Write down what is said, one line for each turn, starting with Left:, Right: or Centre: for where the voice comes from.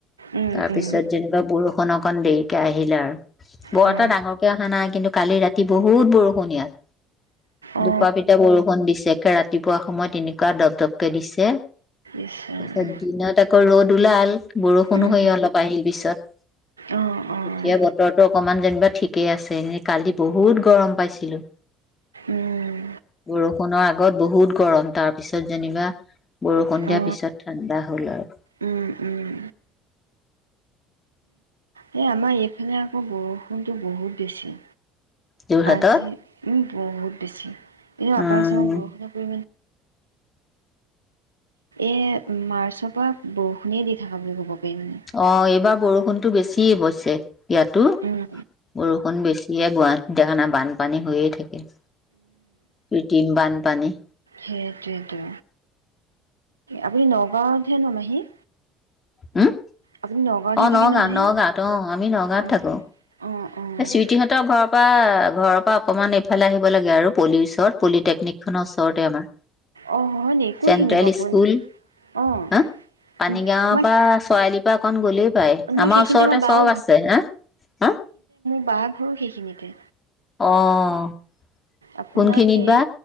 Right: উম
Left: তাৰপিছত
Right: উম
Left: যেনিবা বৰষুণ অহ অকন দেৰিকে আহিল আৰু। বৰ
Right: হয়
Left: এটা ডাঙৰকে অহা নাই কিন্তু কালি ৰাতি বহুত বৰষুণ ইয়াত।
Right: অ
Left: ডুপাপিতা বৰষুণ দিছে। ৰাতিপুৱা সময়ত এনেকুৱা ডপডপকে দিছে।
Right: ইছ ৰাম
Left: তাপিছত দিনত আকৌ ৰ'দ ওলাল। বৰষূণো
Right: উম
Left: হৈ অলপ আহিল পিছত।
Right: অ', অ'।
Left: এতিয়া বতৰটো অকমান যেনিবা ঠিকে আছে, এ কালি বহুত গৰম পাইছিলোঁ,
Right: উম
Left: বৰষুণৰ আগত বহুত গৰম তাৰ পিছত যেনিবা বৰষূণ দিয়াৰ
Right: অ
Left: পিছত ঠাণ্ডা হ'ল আৰু।
Right: উম উম এ আমাৰ এইফালে আকৌ বৰষূণটো বহুত বেছি।
Left: যোৰহাটত
Right: আজি, উম বহুত বেছি। এনেও আছামত
Left: উম
Right: বৰষুণৰ পৰিমাণ এ মাৰ্চৰ পৰা বৰষুণে দি থাকা বুলি ক'ব পাৰি মানে।
Left: অ' এইবাৰ বৰষুণটো বেছি অৱশ্যে। ইয়াতো,
Right: উম,
Left: বৰ অকন বেছিয়ে, গুৱাহাটীত দেখা নাই, বানপানী হৈয়েই থাকে, কৃত্ৰিম বানপানী।
Right: সেইটোৱেইটো, আপুনি নগাঁৱত হে ন, মাহী?
Left: হুম,
Right: আপুনি নগাঁৱতহে
Left: অ',
Right: থাকে
Left: নগাঁও,
Right: ন মাহী?
Left: নগাঁৱত, অ আমি নগাঁৱত
Right: অ',
Left: থাকোঁ।
Right: অ', অ',
Left: এ, চুইটি হতৰ ঘৰৰ পা পা, ঘৰৰ পৰা অকমান এইফালে আহিব লাগে আৰু, পুলিচৰ, পলিটেকনিক খনৰ ওচৰতে আমাৰ।
Right: অ', হয় নি কোনখিনি
Left: চেণ্ট্ৰেল
Right: বাৰু
Left: স্কুল।
Right: পৰি অ',
Left: হা, পানীগাৱঁৰ
Right: উম, মই
Left: পৰা চয়ালি অকন গলেই পায়,
Right: নহয়
Left: আমাৰ
Right: সেইখিনিতে
Left: ওচৰতে
Right: বাও
Left: চব আছে, হা, হা
Right: বাৰ ঘৰো সেইখিনিতে।
Left: অ'।
Right: আপোনাৰ
Left: কোনখিনিত
Right: এই,
Left: বা